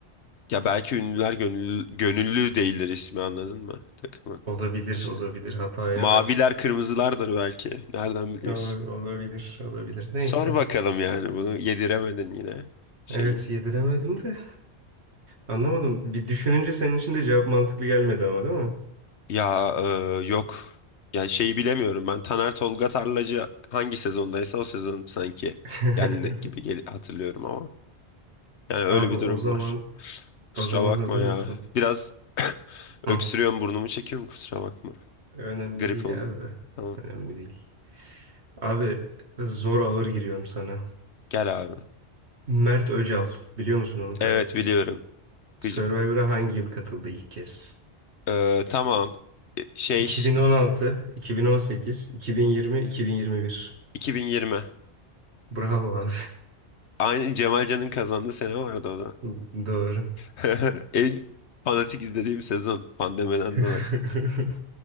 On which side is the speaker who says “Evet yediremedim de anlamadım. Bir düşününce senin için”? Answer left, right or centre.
Right